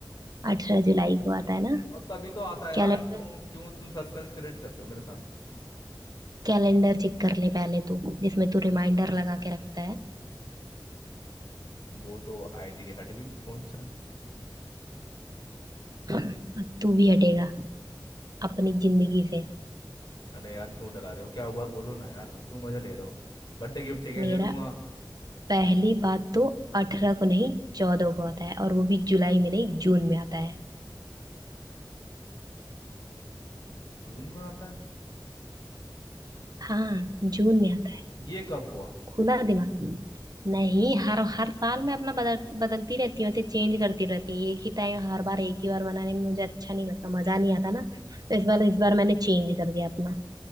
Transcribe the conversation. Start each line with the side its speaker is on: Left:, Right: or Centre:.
Right: अठारह जुलाई को आता है ना
Left: और तभी तो आता है यार
Right: कैलेंडर
Left: क्यों क्यों तुम सस्पेंस क्रिएट कर रहे हो मेरे साथ
Right: कैलेंडर चेक कर ले पहले तू जिसमें तू रिमाइंडर लगा के रखता है
Left: वो तो आईडी हट गई फोन से
Right: हाँ, अब तू भी हटेगा अपनी जिंदगी से
Left: अरे यार क्यों डरा रहे हो क्या हुआ बोलो ना यार क्यों मजे ले रहे हो बर्थडे गिफ्ट चाहिए
Right: मेरा
Left: दे दूंगा
Right: पहली बात तो अठारह को नहीं चौदह को आता है और वो भी जुलाई में नहीं जून में आता है
Left: जून में आता है
Right: हाँ जून में आता है
Left: ये कब हुआ
Right: खुला दिमाग नहीं हर हर साल मैं अपना बदल बदलती रहती हूँ उसे चेंज करती रहती हूँ एक ही टाइम हर बार एक ही बार बनाने में मुझे अच्छा नहीं लगता मजा नहीं आता ना तो इस बार इस बार मैंने चेंज कर दिया अपना